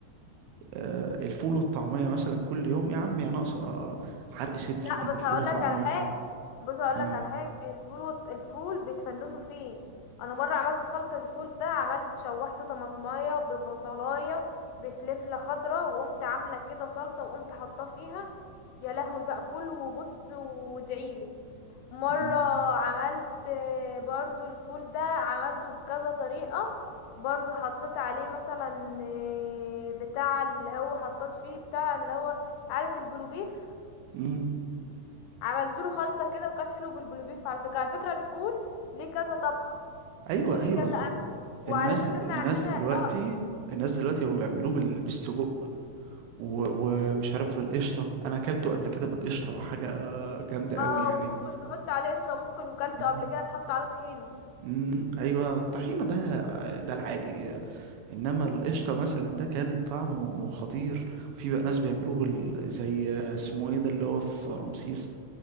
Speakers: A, on the right; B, on the left.
A: آه، الفول والطعمية مثلا كل يوم يا عم يا ناقصة حرق صدر
B: لا
A: انا
B: بس
A: اكل فول
B: هقول
A: وطعمية
B: لك على حاجه بص هقول
A: اه
B: لك على حاجه الفول وط... الفول بيتفننوا فيه انا مره عملت خلطه الفول ده عملت شوحت طماطمايه ببصلايه بفلفله خضراء وقمت عامله كده صلصه وقمت حاطاه فيها يا لهوي بقى كل وبص وادعيلي مره
A: مم.
B: عملت آه، برضو الفول ده عملته بكذا طريقه برضو حطيت عليه مثلا آه، بتاع اللي هو حطيت فيه بتاع اللي هو عارف البلوبيف
A: مم.
B: عملت له خلطه كده وكان حلو بالبلوبيف على فكره على فكره الفول ليه كذا طبخ
A: ايوه
B: وليه
A: ايوه
B: كذا أكل. وعلى
A: الناس
B: فكره احنا
A: الناس
B: عندنا
A: دلوقتي
B: اه
A: الناس دلوقتي بقوا بيعملوه بال- بالسجق و- ومش عارف بالقشطة انا اكلته قبل كده بالقشطة حاجة جامدة
B: اه
A: قوي يعني
B: وممكن تحط عليه قشطه وممكن وكلته
A: مم.
B: قبل كده تحط عليه طحينه
A: مم. ايوه الطحينة ده ده العادي انما القشطة مثلا ده كان طعمه خطير في بقى ناس بيعملوه بال... زي اسمه ايه ده اللي هو في رمسيس